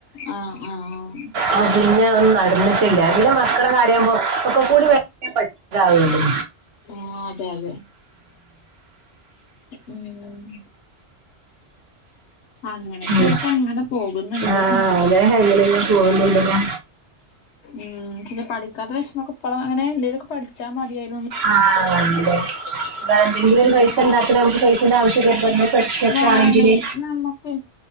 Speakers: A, on the left; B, on the right.
A: ആഹ് ആഹ്
B: ആ പിന്നെ ഒന്നും നടന്നിട്ടില്ല പിന്നെ മക്കളെ കാര്യയാവുമ്പോ ഒക്കെ കൂടി പറ്റാതാവുള്ളൂ
A: ആഹ് അതെ അതെ ഉം അങ്ങനെയൊക്കെ
B: ഉം.
A: ആയിട്ട് അങ്ങനെ പോകുന്നുണ്ട്
B: ആഹ് അതെ എങ്ങനെ ഇങ്ങനെ പോകുന്നുണ്ടല്ലോ
A: ഉം പക്ഷെ പഠിക്കാത്ത വെഷമൊക്കെ അങ്ങനെ എന്തെേലുമൊക്കെ പഠിച്ചാൽ മതിയായി
B: അതെ എന്തെങ്കിലും
A: ഉം
B: പൈസ ഉണ്ടാക്കണ നമുക്ക് പൈസന്റെ ആവശ്യം നമ്മള് പഠിച്ചക്കാണെങ്കില്
A: വാണെ നമ്മക്ക്